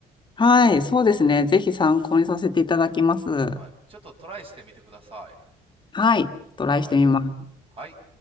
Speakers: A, on the left; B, on the right.
A: はい。そうですね。ぜひ参考にさせていただきます。
B: はい。ちょっとトライしてみてください。
A: はい。トライしてみます。
B: はい。はい。